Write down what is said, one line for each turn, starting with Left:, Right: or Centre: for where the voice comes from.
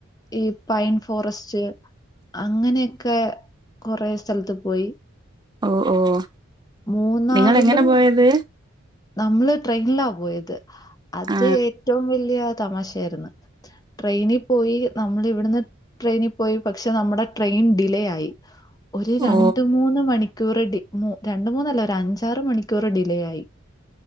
Left: ഈ പൈൻ ഫോറസ്റ്റ്, അങ്ങനെയൊക്കെ, കൊറേ സ്ഥൽത്ത് പോയി.
Right: ഓഹ്, ഓഹ്,
Left: മൂന്നാറിലും
Right: നിങ്ങളെങ്ങനെ പോയത്?
Left: നമ്മള് ട്രെയിനിലാ പോയത് അത്
Right: ആ
Left: ഏറ്റവും വലിയ തമാശായിരുന്നു ട്രെയിനി പോയി. നമ്മള് ഇവിടുന്ന്. ട്രെയിനി പോയി പക്ഷെ, നമ്മുടെ ട്രെയിൻ ഡിലേ ആയി. ഒരു രണ്ട്,
Right: ഓ
Left: മൂന്ന്, മണിക്കൂറ്. ഡി രണ്ട്, മൂന്നല്ല ഒരു അഞ്ചാറ്, മണിക്കൂറ് ഡിലേ ആയി.